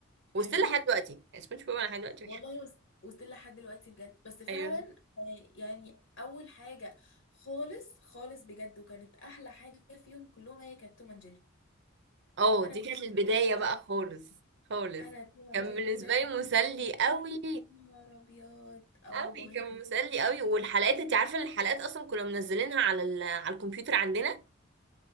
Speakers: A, on the left; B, on the right.
A: بتحبيه
B: وستيل لحد دلوقتي يعني سبونج بوب انا لحد دلوقتي
A: والله
B: بحبه
A: وص- وصلت لحد دلوقتي بجد بس فعلا
B: ايوه
A: آه، يعني اول حاجه خالص خالص بجد وكانت احلى حاجه فيهم كلهم هي كانت توم اند جيري
B: اه
A: انا
B: دي
A: كنت
B: كانت
A: بحب
B: البداية
A: توم اند
B: بقى
A: جيري
B: خالص
A: جداً.
B: خالص
A: انا توم
B: كان
A: اند جيري
B: بالنسبة
A: ده كان
B: لي مسلي
A: بالنسبة
B: قوي
A: لي يا نهار ابيض اه
B: قوي
A: والله
B: كان
A: بجد.
B: مسلي قوي والحلقات انت عارفة ان الحلقات اصلا كنا منزلينها على ال... على الكمبيوتر عندنا